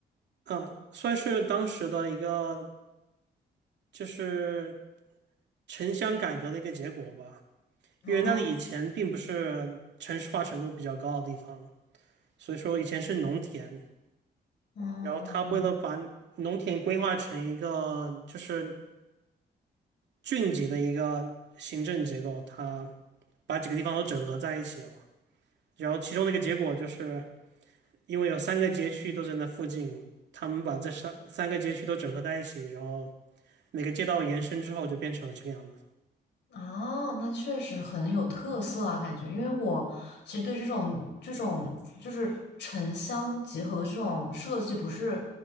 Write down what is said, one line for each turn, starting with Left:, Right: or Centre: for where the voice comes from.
Right: 嗯，算是当时的一个就是城乡改革的一个结果吧，
Left: <laughs>
Right: 因为那里以前并不是城市化程度比较高的地方，
Left: 哦
Right: 所以说以前是农田，
Left: 哦，
Right: 然后他为了把农田规划成一个就是郡级的一个行政结构，他把几个地方都整合在一起了。然后其中的一个结果就是，因为有三个街区都在那附近，他们把这三三个街区都整合在一起，然后每个街道延伸之后就变成了这个样子。
Left: 啊，那确实很有特色啊，感觉，因为我其实对这种这种就是城乡结合这种设计不是